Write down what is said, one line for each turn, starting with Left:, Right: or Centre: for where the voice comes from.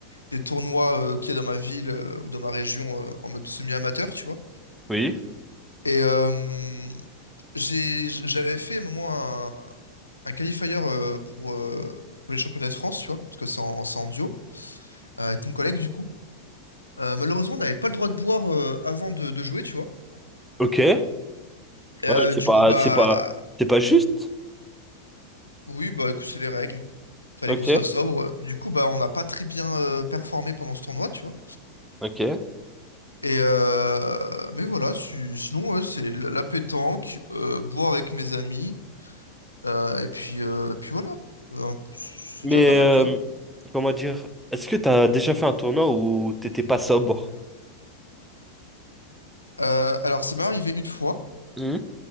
Left: des tournois euh, qu'il y a dans ma ville euh, ou dans ma région euh, en mode semi-amateur, tu vois.
Centre: Oui.
Left: Et euh, j'ai, j'avais fait à un moment un, un qualifier euh, pour, euh, pour les championnats de France, tu vois, parce que c'est en, c'est en duo, euh, avec mon collègue, du coup. Euh, malheureusement, on n'avait pas le droit de boire euh, avant de, de jouer, tu vois.
Centre: Ok. Ouais,
Left: Euh,
Centre: mais c'est
Left: du
Centre: pas,
Left: coup, bah,
Centre: c'est pas, c'est pas juste.
Left: Oui, bah écoute, c'est les règles. Fallait
Centre: Ok.
Left: qu'on soit sobre. Du coup, bah on n'a pas très bien euh, performé pendant ce tournoi, tu vois.
Centre: Ok.
Left: Et euh, mais voilà, si- sinon ouais, c'est la la pétanque, euh, boire avec mes amis, euh, et puis euh, et puis voilà. Euh, c'est
Centre: Mais
Left: déjà pas mal,
Centre: euh,
Left: tu vois.
Centre: comment dire, est-ce que t'as déjà fait un tournoi où t'étais pas sobre?
Left: Euh, alors ça m'est arrivé une fois,
Centre: Hmm